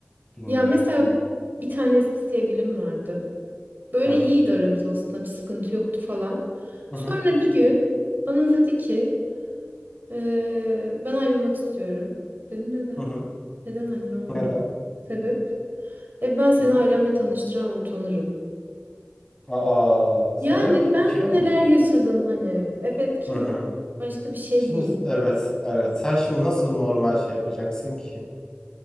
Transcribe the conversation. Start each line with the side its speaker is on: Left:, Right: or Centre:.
Left: Bilmiyorum
Right: Ya mesela
Left: ben.
Right: bir tane eski sevgilim vardı. Böyle
Left: Hı hı.
Right: iyiydi aramız aslında bir sıkıntı yoktu falan.
Left: Hı
Right: Sonra
Left: hı.
Right: bir gün bana dedi ki "Ee, ben ayrılmak istiyorum. Dedim neden?
Left: Hı hı.
Right: Neden anne ne oldu?
Left: Neden?
Right: Sebep? E ben seni
Left: Hı hı.
Right: ailemle tanıştıramam utanırım.
Left: Aa, sebep
Right: Yani ben
Left: kilo
Right: neler
Left: mu?
Right: yaşadım hani. Evet kilo
Left: Hı hı.
Right: başka bir şey
Left: Şimdi
Right: değil.
Left: evet, evet. Sen şimdi nasıl normal şey yapacaksın ki?